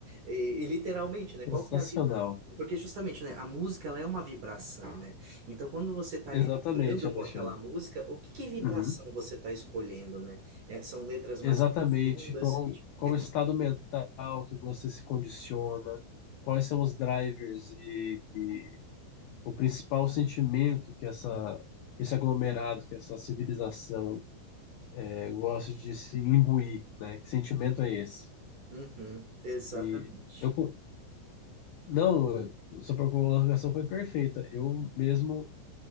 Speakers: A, on the right; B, on the left.
A: E, e literalmente, né?
B: Sensacional.
A: Qual que é a vib- Porque justamente, né? A música, ela é uma vibração, né? Então, quando você está
B: Exatamente,
A: ali vibrando
B: Alexandre.
A: com aquela música, o que que vibração
B: Uhum.
A: você está escolhendo, né? É, são letras mais
B: Exatamente,
A: profundas.
B: qual,
A: que te-
B: qual o estado mental que você se condiciona, quais são os drivers e, e o principal sentimento que essa, esse aglomerado, que essa civilização é, gosta de se imbuir, né? Que sentimento é esse?
A: Uhum, exatamente.
B: E eu, co- não, sua colocação foi perfeita. Eu mesmo,